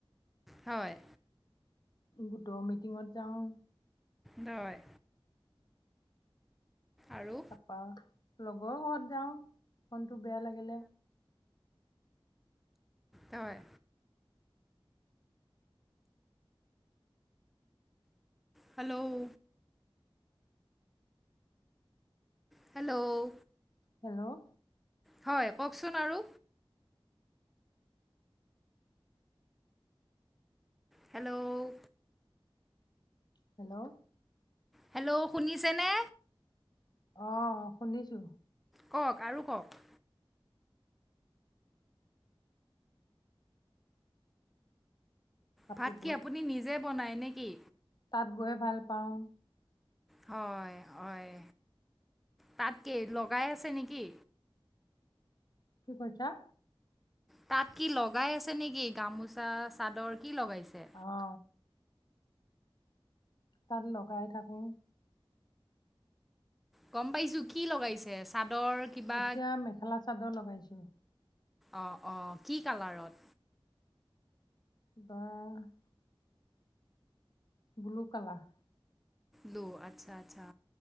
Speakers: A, in the centre; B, on the left.
A: হয়
B: গোটৰ মিটিঙত যাওঁ
A: হয় আৰু
B: অহ লগৰ বহুত য মনটো বেয়া লাগিলে
A: হয় হেল্ল' হেল্ল'
B: হেল্ল'
A: হয় কওকচোন আৰু হেল্ল'
B: হেল্ল'
A: হেল্ল' শুনিছে নে
B: আহ শুনিছো
A: কওক আৰু কওক
B: কাপোৰ
A: ভাত কি আপুনি নিজে বনাই নে কি
B: তাত গৈ ভাল পাওঁ
A: হয় হয় তাতকে লগাই আছে নেকি
B: কি কৰিছা
A: তাত কি লগাই আছে নেকি গামোচা চাদৰ কি লগাইছে
B: অ তাত লগাই থাকো
A: গম পাইছো কি লগাইছে চাদৰ কিবা
B: এতিয়া মেখেলা চাদৰ লগাইছো
A: অহ ',- অহ ', কি কালাৰত।
B: বাহ ', ব্লু কালাৰ।
A: লো আচ্ছা- আচ্ছা